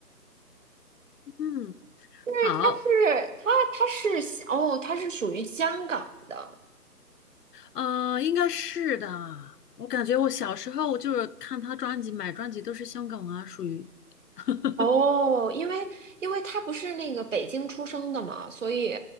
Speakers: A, on the left; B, on the right.
A: 嗯，
B: 就是它是它它是哦，
A: 好，
B: 它是属于香港的
A: 呃，应该是的。我感觉我小时候就是看他专辑，买专辑都是香港啊，属于 <laughs>
B: 哦，因为因为他不是那个北京出生的嘛，所以